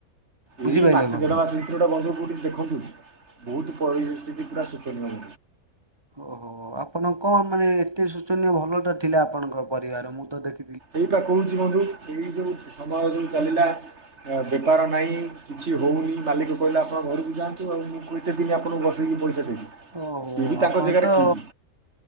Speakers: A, on the right (about 20°); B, on the right (about 45°).
A: ବୁଝିପାରିଲେ
B: ଏଇ ମାସେ
A: ବନ୍ଧୁ।
B: ଦେଢ଼ ମାସ ଭିତରେଟା ବନ୍ଧୁ କେଉଠିକି ଦେଖନ୍ତୁ ବହୁତ ପରିସ୍ଥିତି ପୁରା ଶୋଚନୀୟ
A: ଓହୋ ଆପଣ କଣ ମାନେ ଏତେ ଶୋଚନୀୟ ଭଲ ତ ଥିଲା ଆପଣଙ୍କ ପରିବାର। ମୁଁ ତ ଦେଖ
B: ଏଇପା କହୁଛି ବନ୍ଧୁ ଏଇ ଯୋଉ ସମୟ ଯୋଉ ଚାଲିଲା ବେପାର ନାହିଁ କିଛି ହଉନି ମାଲିକ କହିଲା ଆପଣଙ୍କ ଘରକୁ ଯାଆନ୍ତୁ। ଆଉ ମୁଁ କେତେ ଦିନ ଆପଣ ବସିକି ପଇସା ଦେବି।
A: ଓହୋ
B: ସିଏ ବି
A: ଆପଣ
B: ତାଙ୍କ ଜାଗାରେ
A: ତ
B: ଠିକ୍